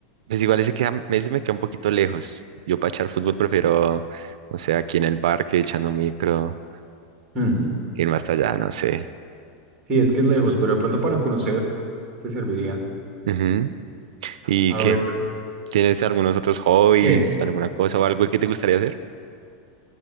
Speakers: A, on the right; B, on the right.
A: pues igual ese, queda, ese me queda un poquito lejos. Yo para echar fútbol prefiero, no sé, aquí en el parque echando micro,
B: Mm,
A: irme hasta allá, no sé.
B: Sí, es que es lejos, pero de pronto para conocer te serviría.
A: Ujú. ¿Y
B: A
A: qué?
B: ver,
A: ¿Tienes algunos otros hobbies,
B: ¿qué?
A: alguna cosa o algo que te gustaría hacer?